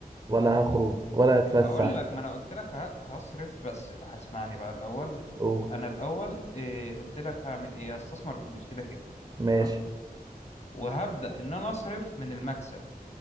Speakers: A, on the right; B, on the left.
A: ولا هخرج ولا هتفسح
B: هقول لك ما انا قلت لك ه- هصرف بس هسمعني بقى الاول
A: اوه
B: انا الاول آه، قلت لك هعمل ايه هستثمر الفلوس كده كده
A: ماشي
B: تمام وهبدأ إن أنا أصرف من المكسب